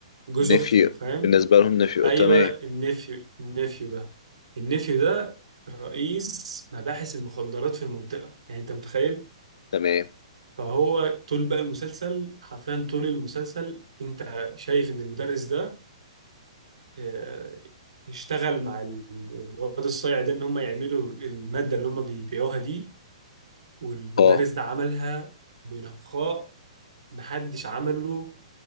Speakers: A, on the right (about 75°); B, on the left (about 70°).
A: جوز
B: ونفي
A: اخته فاهم
B: بالنسبة لهم نفي
A: ايوه
B: أه، تمام
A: النفيو النفيو ده النفيو ده رئيس مباحث المخدرات في المنطقه يعني انت متخيل
B: تمام
A: فهو طول بقى المسلسل حرفيا طول المسلسل انت شايف ان المدرس ده آه، اشتغل مع ال- الواد الصايع ده ان هم يعملوا الماده اللي هم بيبيعوها دي والمدرس
B: اه
A: ده عملها بنقاء محدش عمله